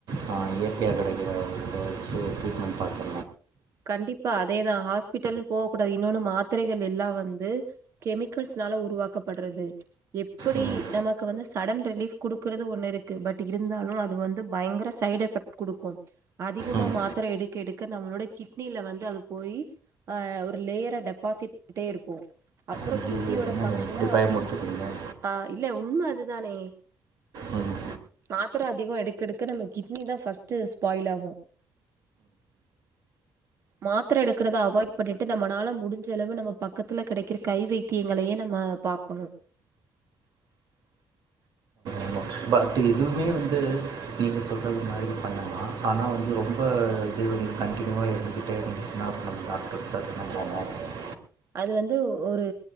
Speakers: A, on the right; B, on the right.
A: ஆ இயற்கையா கெடைக்கிற <inaudible>
B: கண்டிப்பா அதேதா ஹாஸ்பிட்டல் போவ கூடாது இன்னொன்னு மாத்திரைகள் எல்லா வந்து கெமிக்கல்ஸ்னால உருவாக்கப்படறது எப்படி
A: ம்
B: நமக்கு வந்து சடன் ரிலீஃப் குடுக்கறது ஒன்னுருக்கு பட் இருந்தாலு அது வந்து பயங்கர சைட் எஃப் பெக்ட் குடுக்கு அதிகமா
A: ம்
B: மாத்ர எடுக்க எடுக்க நம்மளோட கிட்னியில வந்து அது போயி அ ஒரு லேயரா டெபாசிட் <inaudible> இருக்கு அப்பறொ
A: ஐயோ
B: கிட் கிட்னியோட
A: என்ன
B: பங்க்ஷன
A: இப்படி பயமுறுத்துறீங்க
B: ஆ இல்ல உண்ம அதுதானே
A: ஆமாம்
B: மாத்ர அதிகொ எடுக்கெடுக்க நம்ம கிட்னி தா ஃபர்ஸ்ட்டு ஸ்பாயில் ஆகு மாத்ர எடுக்றத அவாய்ட் பண்ணிட்டு நம்மளால முடிஞ்சளவு நம்ம பக்கத்துல கெடைக்கிற கை வை த்தியங்களயே நம்ம பாக்கனு
A: ஆமாம் பட் எதுவுமே வந்து நீங்க சொல்றது மாரி பண்லா ஆனா வந்து ரொம்ப இது வந்து கண்டினியூவா இருந்துகிட்டே இரு னா நம்ம டாக்டர <inaudible> <inaudible>
B: அது வந்து ஒரு